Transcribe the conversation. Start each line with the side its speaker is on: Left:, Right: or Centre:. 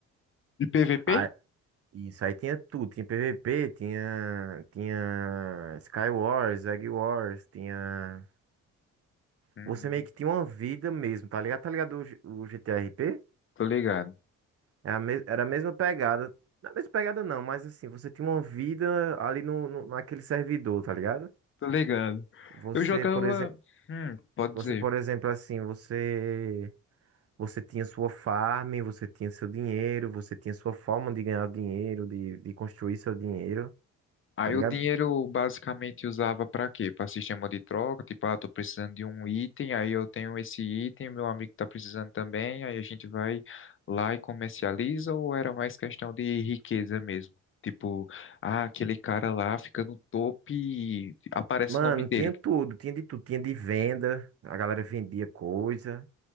Left: E PVP?
Right: Aí, isso aí tinha tudo. Tinha PVP, tinha, tinha Sky Wars, Egg Wars, tinha.
Left: Hum,
Right: Você meio que tinha uma vida mesmo, tá ligado? Tá ligado o, G- o GTRP?
Left: tô ligado.
Right: É a mes- Era a mesma pegada. Não é a mesma pegada não, mas assim, você tinha uma vida ali no, no- naquele servidor, tá ligado?
Left: Tô ligado.
Right: Você,
Left: Eu jogava.
Right: por exemplo,
Left: Hum, pode
Right: você,
Left: dizer.
Right: por exemplo, assim, você você tinha sua farm, você tinha seu dinheiro, você tinha sua forma de ganhar dinheiro, de, de construir seu dinheiro,
Left: Aí
Right: tá ligado?
Left: o dinheiro basicamente usava para quê? Para sistema de troca, tipo, ah, tô precisando de um item, aí eu tenho esse item, meu amigo tá precisando também, aí a gente vai lá e comercializa, ou era mais questão de riqueza mesmo? Tipo, ah, aquele cara lá fica no topo e aparece
Right: Mano,
Left: o nome dele.
Right: tinha tudo, tinha de tudo, tinha de venda, a galera vendia coisa,